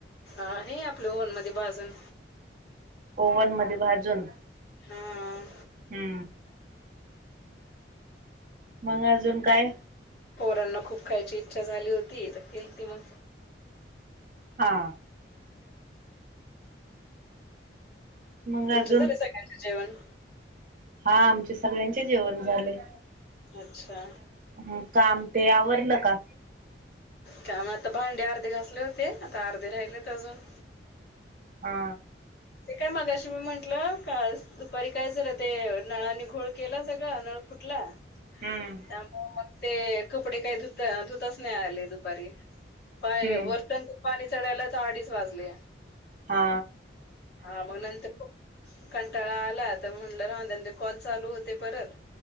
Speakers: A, on the left (about 55°); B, on the right (about 45°).
A: अ हे आपलं ओहनमध्ये भाजून
B: ओव्हन मध्ये भाजून
A: हां
B: हम्म मग अजून काय?
A: पोरांना खूप खायची इच्छा झाली होती तर केलती मग
B: हा मग
A: तुमचे
B: अजून
A: झाले सगळ्यांचे जेवण?
B: हा आमचे सगळ्यांचे जेवण झाले.
A: अच्छा
B: म काम ते आवरलं का?
A: काम आता भांडे अर्धे घासले होते आता अर्धे राहिलेत अजून
B: हा
A: ते काय मागाशी मी म्हंटलं, का दुपारी काय झालं ते नळाने घोळ केला सगळा नळ फुटला.
B: हम्म
A: त्यामुळे मग ते कपडे काय धुत धुताच नाही आले दुपारी. पाय
B: हम्म
A: वर टंकित पाणी चढायलाच अडीच वाजले.
B: हा
A: हा मग नंतर खूप कंटाळा आला तर म्हटलं राहुंदे त्यां कॉल चालू होते परत